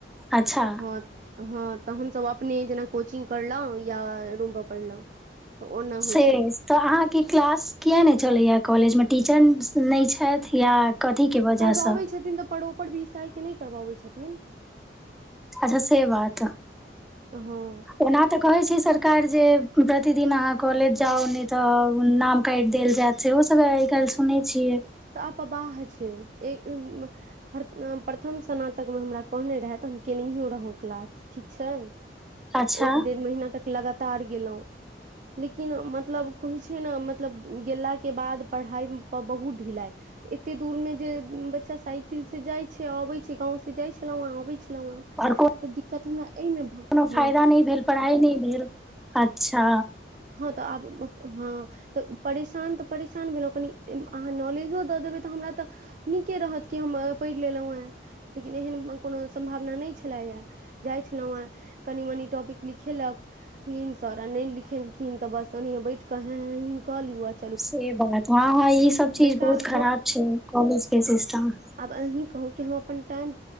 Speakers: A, in the centre; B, on the right (about 45°).
A: अच्छा
B: हँ हँ तऽ हमसभ अपने जेना कोचिंग करलहुँ या रूम पर पढ़लहुँ तऽ ओना
A: सेंगस
B: होइ छै
A: <unintelligible> तऽ अहाँके क्लास किया नहि चलैए कॉलेजमे टीचर नहि छथि या कथीके वजहसँ
B: करबाबै छथिन तऽ परोपर भीसयके नहि करबाबै छथिन
A: अच्छा से बात
B: हँ
A: ओना तऽ कहै छै सरकार जे प्रतिदिन अहाँ कॉलेज जाउ नहि तऽ नाम कटि देल जाय छै ओहो सब आइ काल्हि सुनै छियै
B: पबाह छै एक प्रथम स्नातकमे हमरा कहने रहै तऽ हम केनहियो रहौ क्लास ठीक छै
A: अच्छा
B: एक डेढ़ महीना तक लगातार गेलहुँ लेकिन मतलब कहै छै ने मतलब गेलाके बाद पढ़ाइपर बहुत ढिलाइ एते दूर मे जे बच्चा साइकिल से जाइत छै अबैत छै गाँंव सँ जाइ छलौं हें अबैत छलहुँ हें तऽ
A: आओर
B: दिक्कत हमरा एहिमे
A: कोनो
B: हँ
A: फायदा नहि भेल पढ़ाइ नहि भेल अच्छा
B: हँ तऽ आब हँ तऽ परेशान तऽ परेशान भेलहुँ कनि अहाँ नॉलेजो दऽ देबै तऽ हमरा तऽ नीके रहत कि हम पढ़ि लेलहुँ हेँ लेकिन एहन कोनो सम्भावना नहि छलैए जाइ छलहुँ हेँ कनि मनी टॉपिक लिखेलक हिन सर आ नहि लिख खिन बस ओहने बैठ क हे हा ही ही क लियो
A: से बात हँ हँ ई सब चीज
B: बेकार
A: बहुत खराब छै कॉलेज के सिस्टम
B: अी कहू क हम अपन टाइम